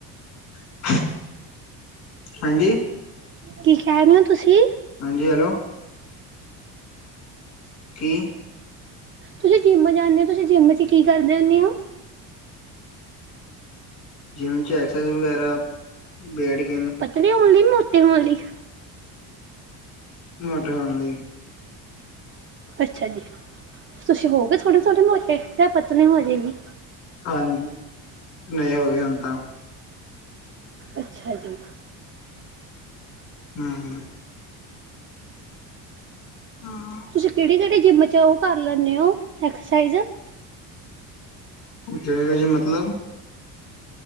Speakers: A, on the left; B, on the right.
A: <inaudible> ਹਾਂਜੀ
B: ਕੀ ਕਹਿ ਰਹੇ ਹੋ ਤੁਸੀਂ
A: ਹਾਂਜੀ ਹੈਲੋ ਕੀ
B: ਤੁਸੀਂ ਜਿੰਮ ਜਾਂਦੇ ਹੋ ਤੁਸੀਂ ਜਿੰਮ ' ਕੀ ਕਰਦੇ ਹੁੰਦੇ ਹੋ
A: ਜਿਮ ਚ ਐਕਸਰਸਾਈਜ਼ ਵਗੈਰਾ, ਵੇਟ ਗੇਨ
B: ਪਤਲੇ ਹੋਣ ਲਈ ਮੋਟੇ ਹੋਣ ਲਈ-
A: ਮੋਟੇ ਹੋਣ ਲਈ
B: ਅੱਛਾ ਜੀ ਤੁਸੀ ਹੋਏ ਹੋਗੇ ਥੋੜੇ-ਥੋੜੇ ਮੋਟੇ ਯਾ ਪਤਲੇ ਹੋ ਹਜੇ ਵੀ।
A: ਹਾਂਜੀ ਨਹੀਂ ਹੋ ਹੁਣ ਤਾਂ
B: ਅੱਛਾ ਜੀ।
A: ਹੂ ਹਾਂ
B: ਤੁਸੀਂ ਕਿਹੜੀ ਕਿਹੜੀ ਜਿੰਮ 'ਚ ਉਹ ਕਰ ਲੈਂਦੇ ਹੋ ਐਕਸਰਸਾਈਜ਼
A: ਜੇਆ ਮਤਲਬ